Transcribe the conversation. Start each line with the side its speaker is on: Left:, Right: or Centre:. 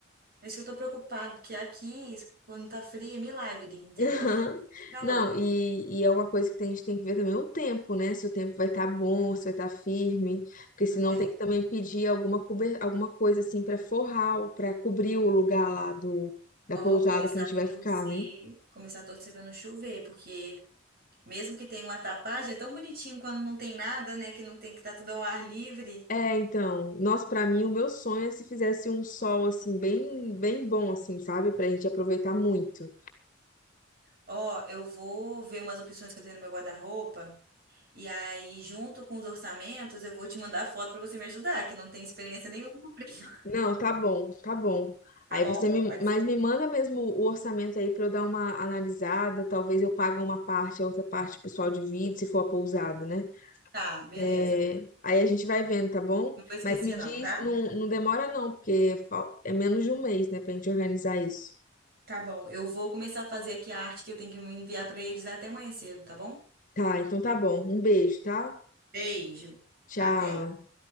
Right: É isso que eu tô preocupado, porque aqui, quando tá frio, é milagre, entendeu?
Left: Aham.
Right: <laughs> Calor.
Left: Não, e, e é uma coisa que a gente tem que ver também o tempo, né? Se o tempo vai estar bom, se vai estar firme, porque senão
Right: é
Left: tem que também pedir alguma, cober- alguma coisa assim para forrar, para cobrir o lugar lá do, da
Right: Ó,
Left: pousada
Right: começar
Left: que a gente
Right: a torcer,
Left: vai ficar, né?
Right: começar a torcer para não chover, porque mesmo que tenha uma tapagem, é tão bonitinho quando não tem nada, né? Que não tem que tá tudo ao ar livre.
Left: É, então, nossa, pra mim o meu sonho é se fizesse um sol assim bem, bem bom assim, sabe? Pra gente aproveitar muito.
Right: Ó, eu vou ver umas opções que eu tenho no meu guarda-roupa, e aí, junto com os orçamentos, eu vou te mandar foto para você me ajudar, que não tem experiência nenhuma com frio. <laughs>
Left: Não, tá bom, tá bom.
Right: Tá
Left: Aí
Right: bom?
Left: você me,
Right: Pode
Left: mas
Right: ser?
Left: me manda mesmo o orçamento aí pra eu dar uma analisada. Talvez eu pague uma parte, a outra parte o pessoal divide, se for a pousada, né?
Right: Tá, beleza.
Left: É, aí a gente vai vendo, tá bom?
Right: Não vou esquecer,
Left: Mas me diz,
Right: não, tá?
Left: não, não demora não, porque fal- é menos de um mês, né, pra gente organizar isso.
Right: Tá bom. Eu vou começar a fazer aqui a arte que eu tenho que enviar para eles até amanhã cedo, tá bom?
Left: Tá, então tá bom. Um beijo, tá?
Right: Beijo.
Left: Tchau.
Right: Até.